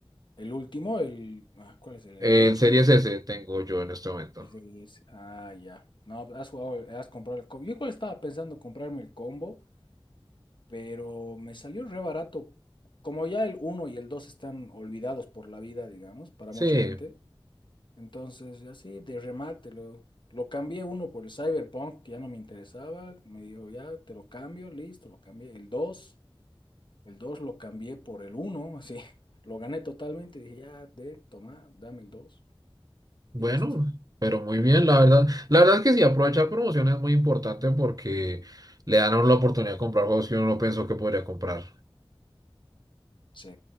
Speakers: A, on the left; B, on the right.
A: el último, el, ah, ¿cuál es? ¿El,
B: El
A: el X?
B: Series S tengo yo en este momento.
A: Es el S. Ah, ya. No, has jugado, has comprado el combo. Yo igual estaba pensando comprarme el combo, pero me salió re barato. Como ya el uno y el 2 están olvidados por la vida, digamos, para
B: Sí,
A: mucha gente, Entonces, así de remate, lo, lo cambié uno por el Cyberpunk, que ya no me interesaba. Me dijo, ya te lo cambio, listo, lo cambié. El dos el 2 lo cambié por el uno así. <laughs> Lo gané totalmente. Dije, ya, de, toma, dame el 2
B: bueno,
A: listo.
B: pero muy bien, la verdad. La verdad es que sí, aprovechar promociones es muy importante porque le dan a uno la oportunidad de comprar juegos que uno no pensó que podría comprar.
A: Sí,